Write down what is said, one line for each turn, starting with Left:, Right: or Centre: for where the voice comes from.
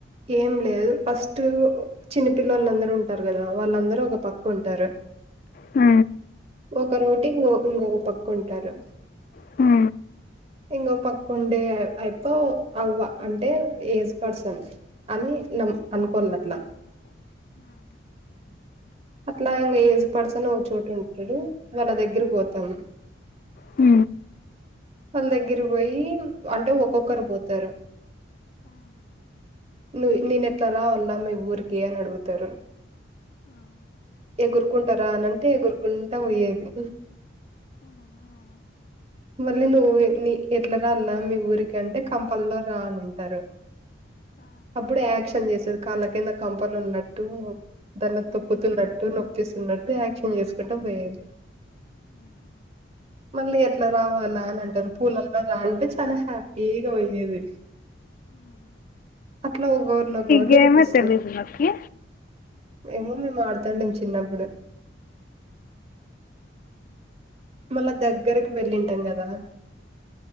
Right: ఏం లేదు ఫస్ట్ చిన్న పిల్లోళ్ళందరు ఉంటారు కదా వాళ్ళందరూ ఒక పక్క ఉంటారు పకుంటారు
Left: హ
Right: ఒక రోటికి ఇంకొ ఇంకొక పక్క ఉంటారు
Left: ఈ
Right: ఇంకో పక్క ఉండే ఆయప్ప అవ్వ అంటే ఏజ్ పర్సన్ అని నమ్ అనుకోండట్లా అట్లా ఇంకా ఏజ్ పర్సన్ ఒక చోట ఉంటడు వాళ్ళ దగ్గర పోతాము
Left: హ
Right: వాళ్ళ దగ్గర పోయి అంటే ఒక్కొక్కరు పోతారు ను నేనెట్ల రావాల మీ ఊరికి అని అడుగుతారు ఎగురుకుంటరా అనంటే ఎగురుకుంటా పోయేది మళ్ళీ నువ్వు నీ ఎట్లా రావాలా మీ ఊరికి అంటే కంపల్లో రా అనంటారు అప్పుడు యాక్షన్ చేసేది కాళ్ళ కింద కంపలు ఉన్నట్టు దాన్ని తొక్కుతూ నొప్పేస్తున్నట్టు యాక్షన్ చేసుకుంటా పోయేది మళ్ళీ ఎట్లా రావాలా అని అంటారు పూలల్లో రాా అంటే చాలా హ్యాపీగా పోయేది అట్లా ఒకోరిని ఒకోరిని
Left: గేమే
Right: పిలుస్తరు
Left: తెలీదు నాకు.
Right: ఏమో మేం ఆడుతాండేం చిన్నప్పుడు మళ్ళా దగ్గరకి వెళ్ళింటాం కదా